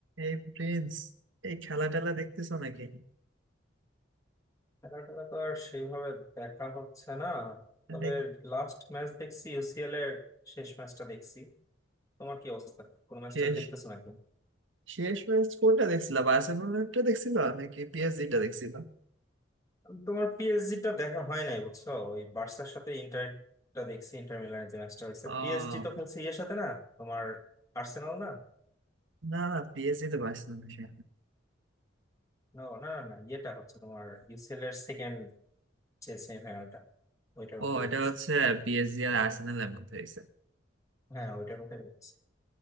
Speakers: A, on the right (about 75°); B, on the left (about 15°).
A: এই প্রিন্স এই খেলা টেলা দেখতেছো নাকি
B: খেলা টেলা তো আর সেইভাবে দেখা হচ্ছে না তবে
A: এটা
B: লাস্ট ম্যাচ দেখছি ইউসিএল এর শেষ ম্যাচটা দেখছি তোমার কি অবস্থা কোনো ম্যাচটা
A: শেষ
B: দেখতেছো নাকি
A: শেষ ম্যাচ কোনটা দেখছিলা বার্সেলোনাটা দেখছিলা নাকি পিএসজি টা দেখছিলা
B: তোমার পিএসজি টা দেখা হয় নাই বুঝছো ওই বার্সার সাথে ইন্টারটা দেখছি ইন্টার মিলানের যে ম্যাচটা হয়েছে
A: আহ
B: পিএসজি তো খেলছে ইয়ের সাথে না তোমার আর্সেনাল না
A: না না পিএসজি তো বার্সেলোনা সে।
B: না না না না, ইয়েটা হচ্ছে তোমার ইউসিএল এর সেকেন্ড যে সেমিফাইনালটা ওইটার কথা
A: ও
B: বলছি
A: এটা হচ্ছে পিএসজি আর আর্সেনালের মধ্যে হয়েছে
B: হ্যাঁ ওইটার কথাই বলছি